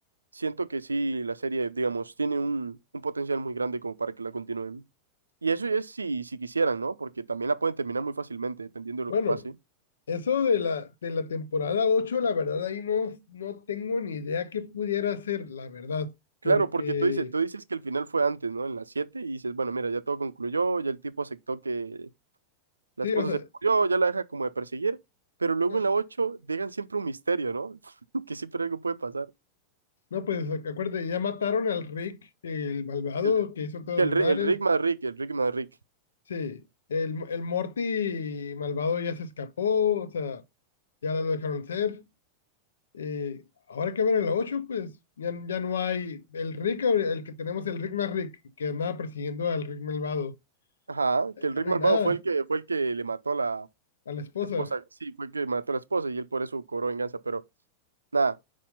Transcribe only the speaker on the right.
siento que sí, la serie, digamos, tiene un, un potencial muy grande como para que la continúen. Y eso es si, si quisieran, ¿no? Porque también la pueden terminar muy fácilmente, dependiendo de lo
que pase.
Claro,
porque tú dices, tú dices que el final fue antes, ¿no? En las 7 y dices, bueno, mira, ya todo concluyó, ya el tipo aceptó que la
esposa
se murió, ya la deja como de perseguir, pero luego
en la 8 dejan siempre un misterio, ¿no? <laughs> Que siempre algo puede pasar.
El,
que
el, Ri-
el Rick más Rick, el Rick más Rick.
Ajá, que el
Rick
malvado
fue el que fue el que le mató a la
esposa, sí, fue el que mató a la esposa y él por eso cobró venganza, pero nada,